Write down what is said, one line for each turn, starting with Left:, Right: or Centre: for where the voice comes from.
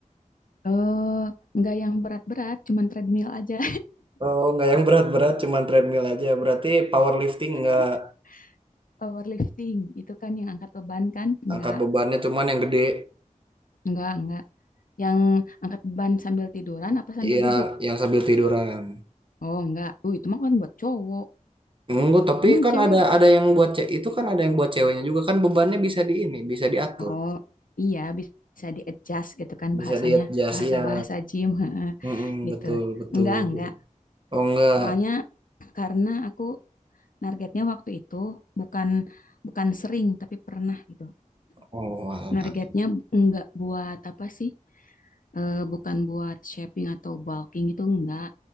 Left: Eh, nggak yang berat-berat, cuman treadmill aja.
Right: Oh, nggak yang berat-berat, cuman treadmill aja. Berarti powerlifting nggak
Left: <laughs> Powerlifting itu kan yang angkat beban kan? Enggak,
Right: angkat bebannya cuman yang gede
Left: enggak, enggak. Yang angkat beban sambil tiduran apa sambil
Right: ya
Left: duduk?
Right: yang sambil tiduran
Left: Oh, enggak. Uh, itu mah kan buat cowok.
Right: enggak tapi
Left: Emang
Right: kan
Left: cewek
Right: ada ada yang buat cewek itu kan ada yang buat ceweknya juga kan bebannya bisa di ini bisa diatur
Left: Oh iya bisa di adjust gitu kan
Right: bisa
Left: bahasanya
Right: diadjust
Left: bahasa-bahasa
Right: ya
Left: gym heeh,
Right: Mm-mm,
Left: gitu.
Right: betul betul
Left: Enggak enggak.
Right: oh enggak
Left: Soalnya karena aku targetnya waktu itu bukan bukan sering tapi pernah gitu.
Right: oh alah.
Left: Targetnya enggak buat apa sih? eh, bukan buat shaping atau bulking itu enggak.